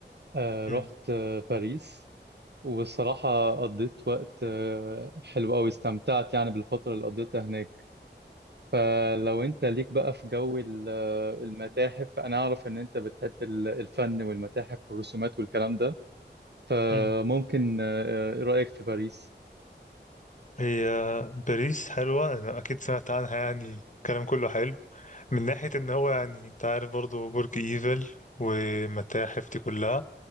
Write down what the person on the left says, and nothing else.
مم.
مم.
هي باريس حلوة أنا أكيد سمعت عنها يعني الكلام كله حلو من ناحية إن هو يعني أنت عارف برضه برج إيفل والمتاحف دي كلها